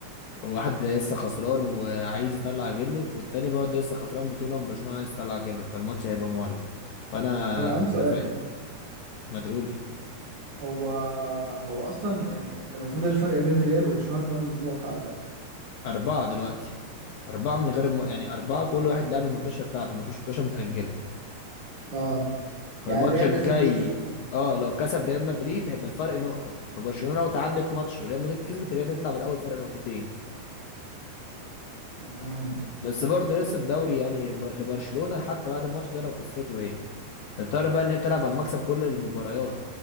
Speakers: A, on the left (about 70°); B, on the right (about 80°).
A: واحد لسه خسران وعايز يطلع غله والتاني برضه لسه خسران بطولة من برشلونة عايز يطلع غله فالماتش هيبقى مولع فأنا
B: طب انا عندي
A: متفائل
B: سؤال
A: ما تقول
B: هو هو اصلا يعني المفروض الفرق بين الريال وبرشلونه كام نقطه على الدوري
A: أربعة دلوقتي أربعة من غير الم... يعني أربعة كل واحد لعب الماتشة بتاعته مفيش ماتشة متأجلة
B: اه
A: فالماتش
B: يعني الريال
A: الجاي
B: لازم يكسب
A: اه لو كسب ريال مدريد هيبقى الفرق نقطة فبرشلونة لو تعادلت ماتش وريال مدريد كسبت الريال هتطلع بالأول فرق نقطتين
B: اه
A: بس برضه لسه الدوري يعني ب... لبرشلونة حتى بعد الماتش ده لو خسرته هي هتضطر بقى إن هي تلعب على المكسب كل المباريات